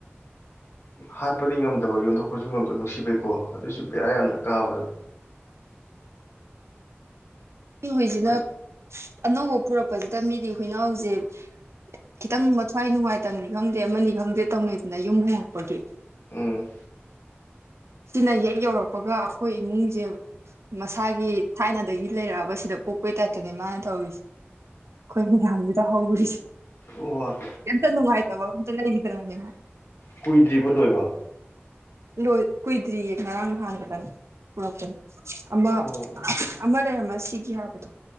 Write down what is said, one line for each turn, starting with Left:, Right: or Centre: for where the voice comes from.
Left: ꯍꯥꯠꯄꯗꯤ ꯉꯝꯗꯕ ꯌꯣꯟꯊꯣꯛꯄꯁꯨ ꯉꯝꯗꯕ ꯅꯨꯡꯁꯤꯕꯩꯀꯣ ꯑꯗꯣꯏꯁꯨ ꯕꯦꯔꯥ ꯌꯥꯝꯅ ꯀꯥꯕꯗꯣ꯫ <inaudible>
Right: ꯑꯩꯒꯤ ꯍꯨꯏꯁꯤꯅ
Left: ꯐꯩ
Right: ꯑꯅꯧꯕ ꯄꯨꯔꯛꯄꯁꯤꯗ ꯃꯤꯗꯤ ꯍꯨꯏꯅꯥꯎꯖꯦ ꯈꯤꯇꯪ ꯃꯊ꯭ꯋꯥꯏ ꯅꯨꯡꯉꯥꯏꯇꯝꯅꯤ ꯈꯪꯗꯦ ꯑꯃꯅꯤ ꯈꯪꯗꯦ ꯇꯧꯅꯩꯗꯅ ꯌꯨꯝ ꯍꯣꯡꯉꯛꯄꯒꯤ꯫
Left: ꯎꯝ꯫
Right: ꯁꯤꯅ ꯍꯦꯛ ꯌꯧꯔꯛꯄꯒ ꯑꯩꯈꯣꯏ ꯏꯃꯨꯡꯁꯦ ꯃꯁꯥꯒꯤ ꯊꯥꯏꯅꯗꯒꯤ ꯂꯩꯔꯛꯑꯕꯁꯤꯗ ꯄꯣꯛꯄꯩ ꯇꯠꯇꯅꯤ ꯃꯥꯅ ꯇꯧꯔꯤꯁꯦ ꯑꯩꯈꯣꯏ ꯃꯌꯥꯝꯁꯤꯗ ꯍꯧꯔꯤꯁꯦ꯫
Left: ꯑꯣ
Right: ꯀꯩꯝꯇ ꯅꯨꯡꯉꯥꯏꯇꯕ ꯑꯃꯇ ꯂꯩꯒꯔ꯭ꯤꯗꯝꯅꯤ ꯃꯥ꯫
Left: ꯀꯨꯏꯗ꯭ꯔꯤꯕꯣ ꯂꯣꯏꯕ꯫
Right: ꯂꯣꯏ ꯀꯨꯏꯗ꯭ꯔꯤꯌꯦ ꯉꯔꯥꯡ ꯅꯍꯥꯟ ꯈꯥꯇꯪ ꯄꯨꯔꯛꯄꯅꯤ꯫ ꯑꯃ
Left: ꯑꯣ
Right: ꯑꯃ ꯂꯩꯔꯝꯃ ꯁꯤꯒꯤ ꯍꯥꯏꯕꯗꯣ